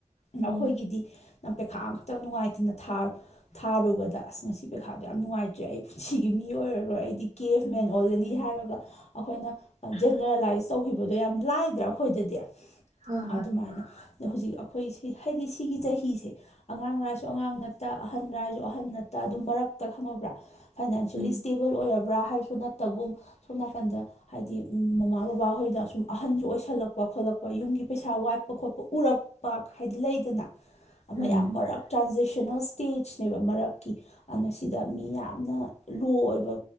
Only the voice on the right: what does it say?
ꯎꯝ
ꯍꯣꯏ ꯍꯣꯏ
ꯎꯝ
ꯎꯝ